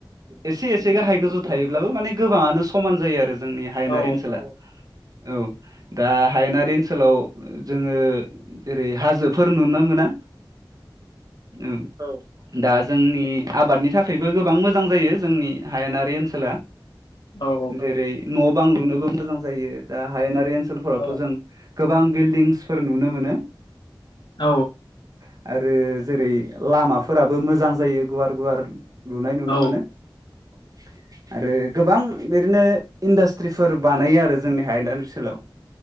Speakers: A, on the right (about 45°); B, on the left (about 60°).
A: एसे - एसे गाहाय गोजौ थायोब्लाबो माने गोबाङानो समान जायो आरो जोंनि हायेनारि
B: औ
A: ओनसोला औ दा हायेनारि ओनसोलाव जोङो जेरै हाजोफोर नुनो मोना औ - औ दा जोंनि आबादनि थाखायबो गोबां मोजां जायो जोंनि हायेनारि ओनसोला
B: औ
A: जेरै न' बां लुनोबो मोजां जायो दा हायेनारि ओनसोलफोरावथ'
B: औ
A: जों गोबां बिल्डिंसफोर नुनो मोनो
B: औ
A: औ आरो जेरै लामाफोराबो मोजां जायो गुवार- गुवार लुनाय नुनो
B: औ
A: मोनो <unintelligible> आरो गोबां बिदिनो इन्डास्ट्रिफोर बानायो आरो जोंनि हायेना ओनसोलाव